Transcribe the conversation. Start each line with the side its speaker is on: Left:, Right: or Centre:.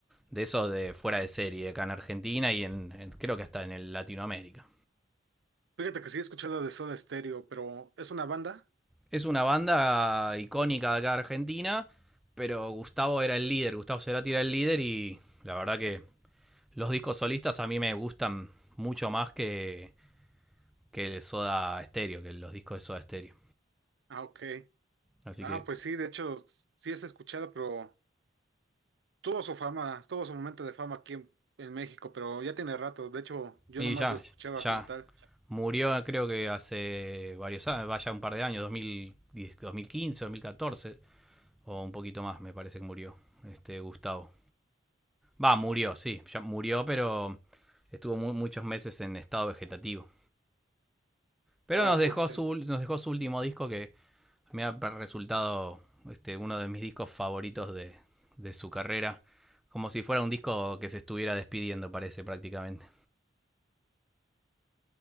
Centre: de esos de fuera de serie, acá en Argentina y en, en- creo que hasta en el Latinoamérica.
Right: Fíjate que sí he escuchado de Soda Stereo, pero ¿es una banda?
Centre: Es una banda icónica de acá de Argentina, pero Gustavo era el líder, Gustavo Cerati era el líder y la verdad que los discos solistas a mí me gustan mucho más que, que el Soda Stereo, que los discos de Soda Stereo.
Right: Ah, ok.
Centre: Así
Right: Ah,
Centre: que,
Right: pues sí, de hecho, s- sí es escuchado, pero tuvo su fama, tuvo su momento de fama aquí en, en México, pero ya tiene rato. De hecho, yo
Centre: y
Right: nomás
Centre: ya,
Right: lo escuchaba
Centre: ya,
Right: como tal.
Centre: Murió ah, creo que hace varios años, vaya un par de años, 2010, 2015, 2014 o un poquito más me parece que murió este Gustavo. Va, murió, sí, ya murió, pero estuvo mu- muchos meses en estado vegetativo. Pero
Right: Ah,
Centre: nos dejó
Right: pues.
Centre: su, nos dejó su último disco que me ha resultado este, uno de mis discos favoritos de, de su carrera. Como si fuera un disco que se estuviera despidiendo, parece prácticamente.